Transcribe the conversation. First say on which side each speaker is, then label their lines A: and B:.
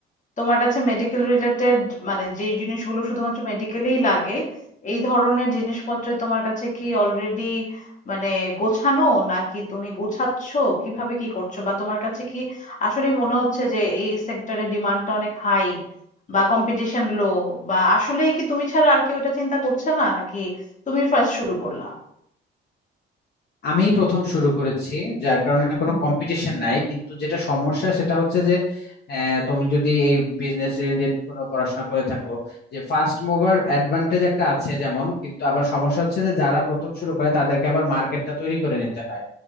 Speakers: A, on the left; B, on the left.
A: তোমার কাছে মেডিকেল রিলেটেড মানে যেই জিনিসগুলো শুধুমাত্র মেডিকেলেই লাগে এই ধরনের জিনিসপত্র তোমার কাছে কি অলরেডি মানে গোছানো নাকি তুমি গোছাচ্ছ কিভাবে কি করছো বা তোমার কাছে কি আসলে মনে হচ্ছে যে এই সেক্টরে ডিমান্ডটা অনেক হাই বা কম্পিটিশন লো বা আসলেই কি তুমি ছাড়া আর কেউ এটা চিন্তা করছে না নাকি তুমি ফার্স্ট শুরু করলা
B: আমি প্রথম শুরু করেছি যার কারণে কোনো
A: হুম
B: কম্পিটিশন নাই কিন্তু যেটা সমস্যা সেটা হচ্ছে যে আহ, তুমি যদি এই বিজনেস রিলেটেড কোনো পড়াশোনা করে থাকো যে ফার্স্ট মুভার অ্যাডভান্টেজ একটা আছে যেমন কিন্তু আবার সমস্যা হচ্ছে যে যারা প্রথম শুরু করে তাদেরকে আবার মার্কেটটা তৈরি করে নিতে হয়